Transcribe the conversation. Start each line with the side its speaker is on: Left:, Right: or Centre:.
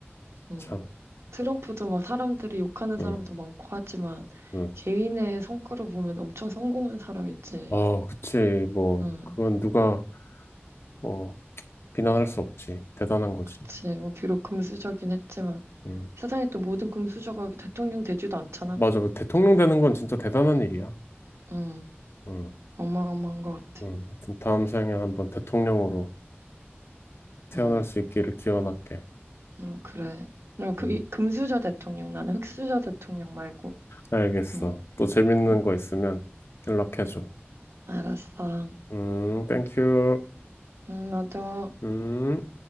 Right: 어.
Left: 참.
Right: 트럼프도 막 사람들이 욕하는 사람도
Left: 응,
Right: 많고 하지만
Left: 응.
Right: 개인의 성과로 보면 엄청 성공한 사람이지.
Left: 어, 그치. 뭐,
Right: 응.
Left: 그건 누가, 뭐, 비난할 수 없지. 대단한 거지.
Right: 그치. 뭐 비록 금수저긴 했지만
Left: 응.
Right: 세상에 또 모든 금수저가 대통령 되지도 않잖아.
Left: 맞아. 뭐 대통령 되는 건 진짜 대단한 일이야.
Right: 응.
Left: 응,
Right: 어마어마한 것 같아.
Left: 응. 하여튼 다음 생에 한번 대통령으로. 태어날
Right: 응.
Left: 수 있기를 기원할게.
Right: 응, 그래. 그럼 그,
Left: 음,
Right: 이, 금수저 대통령, 나는 흑수저 대통령 말고.
Left: 알겠어.
Right: 응.
Left: 또 재밌는
Right: 응.
Left: 거 있으면 연락해줘.
Right: 알았어.
Left: 음, 땡큐.
Right: 응, 나도.
Left: 음.